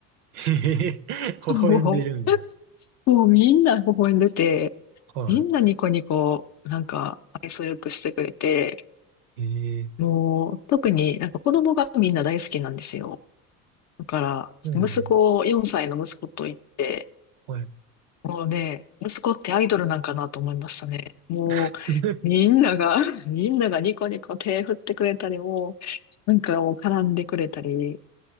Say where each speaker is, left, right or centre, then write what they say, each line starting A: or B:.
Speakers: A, on the right (about 70°); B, on the left (about 35°).
A: えへへ、微笑んでるんや。
B: もう、もうみんな微笑んでて、
A: は
B: みんなニコニコ、なんか愛想よくしてくれて、
A: い。ええ
B: もう特になんか子供がみんな大好きなんですよ。だから、
A: そうなんや。
B: 息子、4歳の息子と言って、
A: はい。
B: もうね、息子ってアイドルなんかなと思いましたね。も
A: <laughs>
B: う、みんなが、<laughs> みんながニコニコ手振ってくれたり、もう、なんかもう絡んでくれたり、